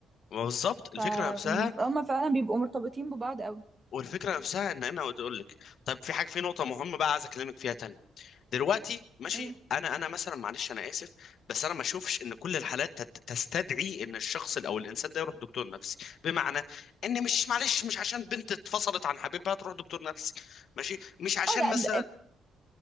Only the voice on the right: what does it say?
ف-
فهم فعلا بيبقوا مرتبطين ببعض أوي
ايه
اه لا